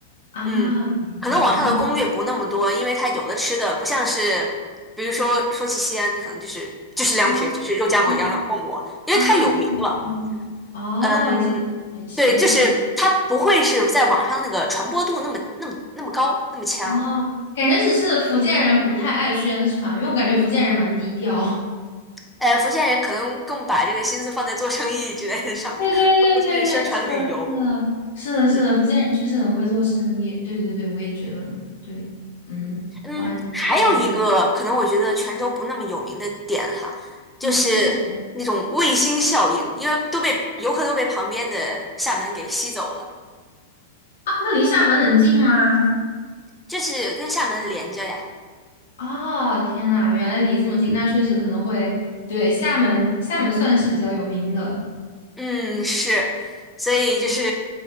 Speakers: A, on the left; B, in the centre.
A: 啊，
B: 嗯，可能网上的攻略不那么多，
A: 对的，明
B: 因为它有的吃的不像是，比如说说起西安，你可能就是就是凉皮儿就是肉夹馍、
A: 哦哦
B: 羊肉泡馍，因为太有名了。
A: 啊，这样子，哦，
B: 嗯，
A: 这没事没事
B: 对，就是它不会是在网上那个传播度那么那么那么高那么强。
A: 哦，感觉只是福建人不太爱宣传，因为我感觉福建人蛮低调。
B: 呃，福建人可能更把这个心思放在做生意之类的上面，
A: 对对对对对，
B: 而不是宣传旅游。
A: 是的，是的，是的，
B: 嗯。
A: 是的，福建人确实很会做生意。对对对，我也觉得呢。对，嗯，
B: 嗯，
A: 哇，你说的
B: 还有一个可能我觉得泉州不那么有名的点哈，就是那种卫星效应，
A: 啊是什么？
B: 因为都被游客都被旁边的厦门给吸走了，
A: 啊，它离厦门很近吗？
B: 就是跟厦门连着呀。
A: 哦，天啊，原来离这么近，那确实可能会，对，厦门，厦门算是比较有名的。
B: 嗯，是，所以就是